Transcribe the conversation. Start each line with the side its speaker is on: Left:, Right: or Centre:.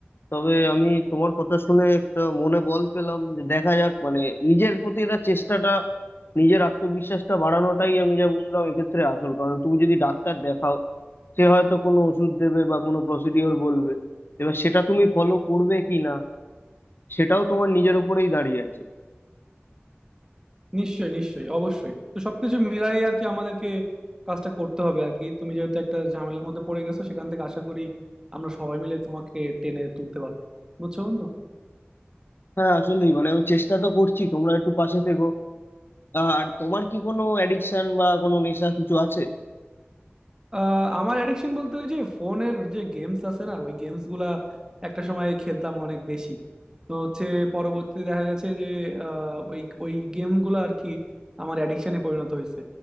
Left: তবে আমি তোমার কথা শুনে একটা মনে বল পেলাম যে দেখা যাক মানে নিজের প্রতি এটা চেষ্টাটা নিজের আত্মবিশ্বাসটা বাড়ানোটাই আমি যা বুঝলাম এক্ষেত্রে আসল কারণ তুমি যদি ডাক্তার দেখাও সে হয়তো কোনো ওষুধ দেবে বা কোনো প্রসিডিওর বলবে এবার সেটা তুমি ফলো করবে কি না সেটাও তোমার নিজের উপরেই দাঁড়িয়ে আছে
Right: নিশ্চয়ই নিশ্চয়ই অবশ্যই তো সবকিছু মিলাই আর কি আমাদেরকে কাজটা করতে হবে আর কি তুমি যেহেতু একটা ঝামেলার মধ্যে পড়ে গেছো সেখান থেকে আশা করি আমরা সবাই মিলে তোমাকে টেনে তুলতে পারবো বুঝছো বন্ধু
Left: হ্যাঁ আসলেই মানে আমি চেষ্টা তো করছি তোমরা একটু পাশে থেকো আর তোমার কি কোনো অ্যাডিকশন বা কোনো নেশা কিছু আছে
Right: আহ, আমার অ্যাডিকশন বলতে ওই যে ফোনের যে গেমস আছে না ওই গেমস গুলা একটা সময় খেলতাম অনেক বেশি তো হচ্ছে পরবর্তীতে দেখা গেছে যে আহ, ওই ওই গেম গুলো আর কি আমার অ্যাডিকশনে পরিণত হয়েছে